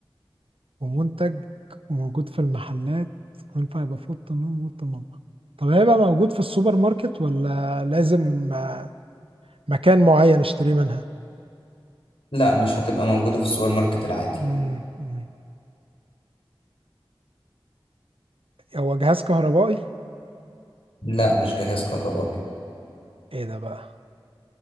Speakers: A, on the right; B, on the left.
A: ومنتج وموجود في المحلات وينفع يبقى في أوضة النوم وأوضة المطبخ طب هيبقى موجود في السوبر ماركت ولا لازم آه، مكان معين اشتريه منها؟
B: لا مش هتبقى موجودة في السوبر ماركت العادي
A: مم. مم. هو جهاز كهربائي
B: لا مش جهاز كهربائي
A: ايه ده بقى